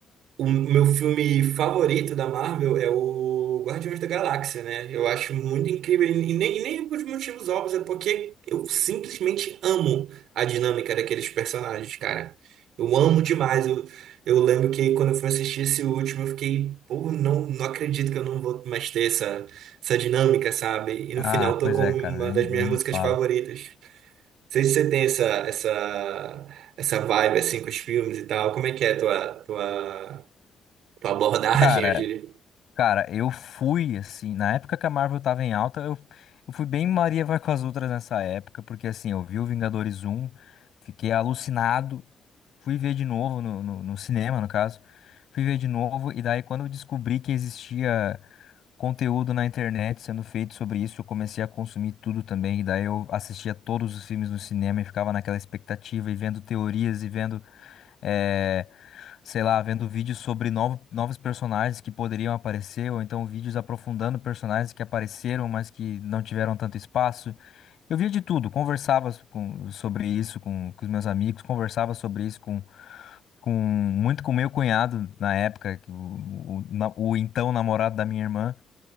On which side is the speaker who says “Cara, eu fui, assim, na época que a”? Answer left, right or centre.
Left